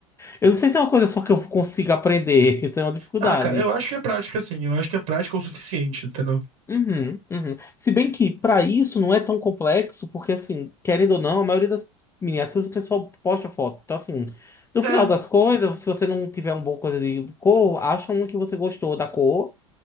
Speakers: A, on the left; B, on the right.
A: Eu não sei se é uma coisa só que eu consigo aprender. <laughs> Isso é uma dificuldade.
B: Ah, cara, eu acho que é prática, sim. Eu acho que a prática é o suficiente, entendeu?
A: Uhum, uhum. Se bem que para isso não é tão complexo, porque assim, querendo ou não, a maioria das miniaturas o pessoal posta foto. Então, assim, no final
B: É.
A: das coisas, se você não tiver uma boa coisa de cor, acha um que você gostou da cor